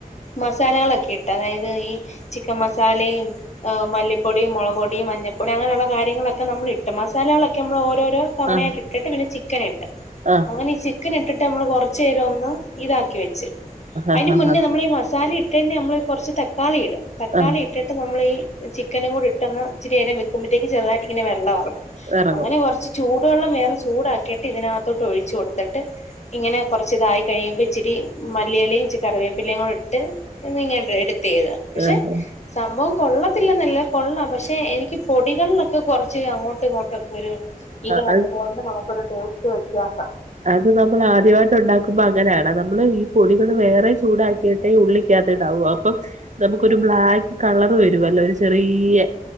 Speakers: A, on the left; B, on the right.
A: മസാലകളൊക്കെയിട്ട് അതായത് ഈ ചിക്കൻ മസാലയും ഹ് മല്ലിപ്പൊടിയും മൊളക് പൊടിയും മഞ്ഞപ്പൊടിയും അങ്ങനെയുള്ള കാര്യങ്ങളൊ ക്കെ നമ്മളിട്ടു മസാലകളൊക്കെ നമ്മള് ഓരോരോ തവണയായി
B: ആഹ്
A: ഇട്ടിട്ട് പിന്നെ ചിക്കൻ ഇട്ട്
B: ആഹ്
A: അങ്ങനെ ഈ ചി ക്കനിട്ടിട്ട് നമ്മള് കൊറച്ചേരൊന്ന് ഇതാക്കി വെച്ച്
B: ആഹ്
A: അതിന്
B: ആഹ്
A: മുന്നേ നമ്മള് ഈ മസാല ഇ ട്ടേണ്ട് നമ്മളൊരു കൊറച്ച് തക്കാളി ഇടും തക്കാളി
B: ആഹ്
A: ഇ ഇട്ടിട്ട് നമ്മളീ ചിക്കനും കൂടി ഇട്ട്ന്ന് ഇച്ചിരി നേരം വെക്കുമ്പഴത്തേക്ക് ചെറുതായിട്ട് ഇങ്ങനെ വെള്ളം എറങ്ങും
B: എറങ്ങും
A: അങ്ങനെ കൊറച്ച് ചൂടുവെള്ളം വേറെ ചൂടാക്കിയിട്ട് ഇതിനകത്തോട്ട് ഒഴിച്ചു കൊടു ട്ട് ഇങ്ങനെ കൊറച്ച് ഇതായി കഴിയുമ്പോ ഇച്ചിരി മല്ലിയെലയും ഇച്ചിരി കറിവേപ്പിലയും കൂടി ഇട്ട് എന്നിങ്ങനെ <unintelligible>
B: ആഹ്
A: പക്ഷെ സംഭവം കൊള്ളത്തില്ലെന്നല്ല കൊള്ളാം പക്ഷെ എനിക്ക് പൊടികളിലൊക്കെ കൊറച്ച് അങ്ങോട്ടും ഇങ്ങോട്ടും ഒരു ഇത് വന്നത്
B: അത്
A: കൊണ്ട് നമുക്കൊരു ടേസ്റ്റ് വ്യത്യാസ
B: അത് നമ്മള് ആദ്യവായിട്ട് ഒണ്ടാക്കുമ്പോ അങ്ങനെയാണ് നമ്മള് ഈ പൊടികൾ വേറെ ചൂടാക്കിയിട്ടെ ഉള്ളി ക്കകത്തിടാവൂ അപ്പൊ നമുക്കൊരു ബ്ലാക്ക് കളർ വരുവല്ലോ ഒരു ചെറിയ